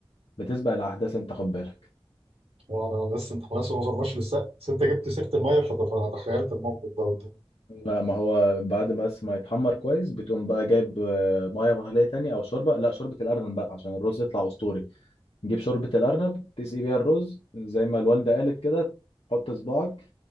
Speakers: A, on the left (about 75°); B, on the right (about 80°).
A: بتسبق الأحداث انت خد بالك
B: وانا لسه انت خلاص ما وصلناش للسقف بس انت جبت سيرة المية فت- فانا تخيلت الموقف ده قدامي
A: لا ما هو بعد بس ما يتحمر كويس بتقوم بقى جايب آه، ميه مغليه تاني او شوربه لا شوربه الارنب بقى عشان الرز يطلع اسطوري تجيب شوربة الأرنب تسقي بيها الرز زي ما الوالدة قالت كده تحط صباعك